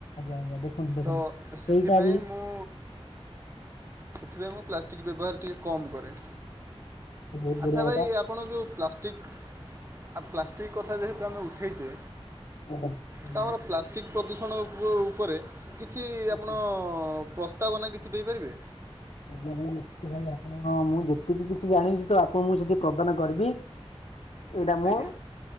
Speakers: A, on the left; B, on the right.
A: ଆଜ୍ଞା ଦେଖନ୍ତୁ ଦେଖନ୍ତୁ
B: ତ ସେଥିପାଇଁ
A: ଏଇଟା ବି
B: ମୁଁ ସେଥିପାଇଁ ମୁଁ ପ୍ଲାଷ୍ଟିକ୍ ବ୍ୟବହାର ଟିକେ କମ୍ କରେ।
A: ବହୁତ ବଢ଼ିଆ
B: ଆଚ୍ଛା ଭାଇ
A: କଥା
B: ଆପଣ ଯେଉଁ ପ୍ଲାଷ୍ଟିକ୍ ଆ ପ୍ଲାଷ୍ଟିକ୍ କଥା ଯେହେତୁ ଆମେ ଉଠେଇଛେ
A: ଆଜ୍ଞା କହୁନାହାନ୍ତି
B: ତ ଆମର ପ୍ଲାଷ୍ଟିକ୍ ପ୍ରଦୂଷଣ ଉପ ଉପରେ କିଛି
A: ନିଶ୍ଚୟ।
B: ଆପଣ ପ୍ରସ୍ତାବ ନାଁ କିଛି ଦେଇପାରିବେ?
A: ଆଜ୍ଞା ଭାଇ ନିଶ୍ଚିତ ଭାଇ ଆପଣ ମୁଁ ଯେତିକି କିଛି ଜାଣିଛି ତ ଆପଣଙ୍କୁ ମୁଁ ସେତିକି ପ୍ରଦାନ କରିବି। ଏଇଟା ମୁଁ
B: ଆଜ୍ଞା